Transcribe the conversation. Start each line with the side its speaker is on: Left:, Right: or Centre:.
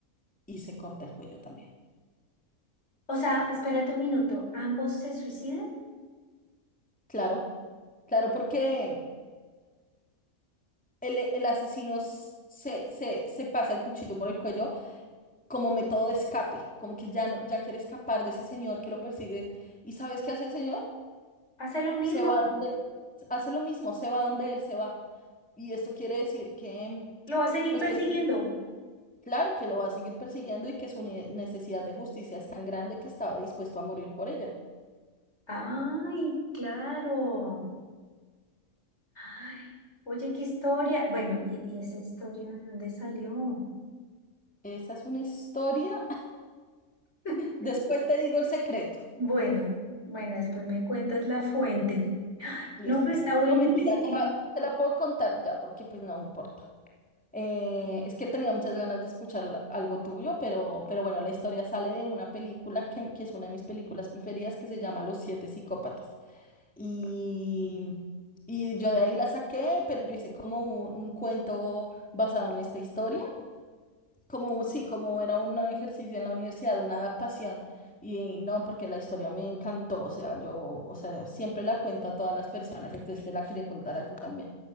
Centre: y se corta el cuello también.
Left: O sea, espérate un minuto, ¿ambos se suicidan?
Centre: Claro, claro, porque el, el asesino s- se, se, se pasa el cuchillo por el cuello como método de escape, como que ya no, ya quiere escapar de ese señor que lo persigue. ¿Y sabes qué hace el señor?
Left: Hace lo mismo,
Centre: Se va donde, hace lo mismo, se va donde él se va. Y esto quiere decir que,
Left: lo va a seguir
Centre: pues
Left: persiguiendo.
Centre: que es claro que lo va a seguir persiguiendo y que su ne- necesidad de justicia es tan grande que estaba dispuesto a morir por ella.
Left: Ay, claro. Ay, oye, qué historia. Bueno, ¿y, y esa historia de dónde salió?
Centre: Esa es una historia
Left: <laughs>
Centre: Después te digo el secreto.
Left: Bueno, bueno, después me cuentas la fuente. <gasps> Ay,
Centre: Listo.
Left: no, pero está buenísimo.
Centre: No, mentira, te la, te la puedo contar ya, porque pues no importa. Eh, es que tenía muchas ganas de escuchar algo tuyo, pero, pero bueno, la historia sale de una película que, que es una de mis películas preferidas que se llama Los Siete Psicópatas. Y, y yo de ahí la saqué, pero yo hice como un, un cuento basado en esta historia Como, sí, como era un ejercicio en la universidad, una adaptación, y no, porque la historia me encantó, o sea, yo, o sea, siempre la cuento a todas las personas, entonces te la quería contar a ti también.